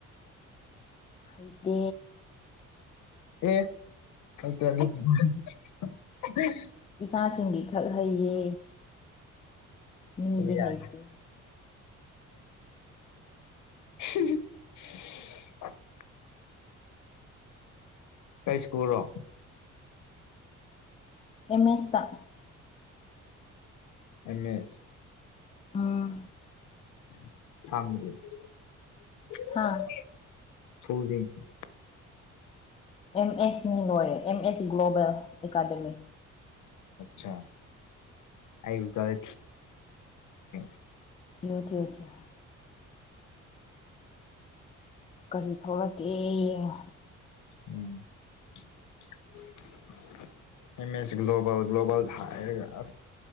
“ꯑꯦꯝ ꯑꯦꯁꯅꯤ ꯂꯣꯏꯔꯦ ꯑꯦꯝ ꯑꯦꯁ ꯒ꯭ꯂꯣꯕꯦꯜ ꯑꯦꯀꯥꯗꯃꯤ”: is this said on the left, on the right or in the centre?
Left